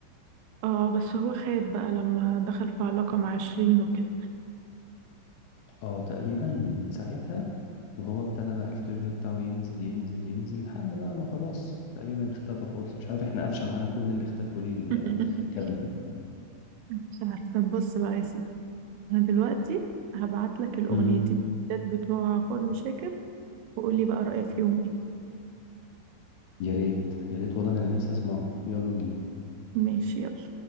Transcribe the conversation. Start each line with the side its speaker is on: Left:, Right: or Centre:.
Right: اه بس هو خاب بقى لما دخل في علاقة مع شيرين وكده
Left: اه تقريبا من ساعتها وهو ابتدى بقى الكيرف بتاعه ينزل ينزل ينزل لحد بقى ما خلاص تقريبا اختفى خالص مش عارف احنا قفشة معانا كل اللي اختفوا ليه ال-
Right: <laughs>
Left: الكلام ده
Right: مش عارفة طب بص بقى يا سيدي انا دلوقتي هبعت لك الاغنيتين
Left: مم.
Right: الجداد بتوع فضل شاكر وقولي بقى رأيك فيهم ايه
Left: يا ريت يا ريت والله ده انا نفسي اسمعه يلا بينا
Right: ماشي